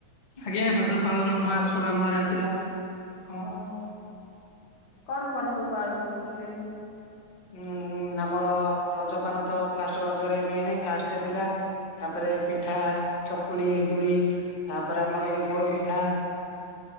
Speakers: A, on the left (about 30°); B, on the left (about 80°).
A: ଆଜ୍ଞା ରଜ ପାଳନ ମହାଉତ୍ସଭ ଆମ ଆଡ଼େ ହଉଥିଲା। ଆମ
B: ଓହୋ କଣ କଣ ସବୁ ପାଳନ କରୁଥିଲେ?
A: ଉଁ ଉଁ ଆମର ରଜ ପାନ ତ ଫାଷ୍ଟ ରଜରେ ମେନ ଫାଷ୍ଟରେ ଥିଲା। ତାପରେ ପିଠା ଚକୁଳି ଏଣ୍ଡୁଳି ତାପରେ ଆମର ଯୋଉ ପୋଡ ପିଠା।